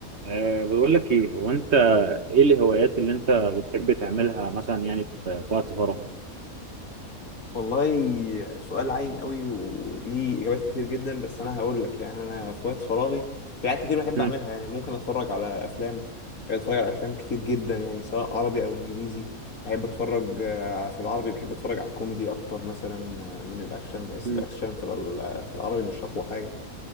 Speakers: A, on the right; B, on the left.
A: أه بقول لك ايه هو انت ايه الهوايات اللي انت بتحب تعملها مثلا يعني في في وقت فراغك
B: والله سؤال عايم قوي وليه اجابات كتير جدا بس انا هقول لك يعني انا في وقت فراغي في حاجات كتير بحب
A: امم
B: اعملها يعني ممكن اتفرج على افلام اتفرج على افلام كتير جدا يعني سواء عربي او انجليزي بحب اتفرج آه، في العربي بحب اتفرج على الكوميدي اكتر مثلا آه، من الاكشن بحس
A: امم
B: الاكشن في ال- في العربي مش اقوى حاجه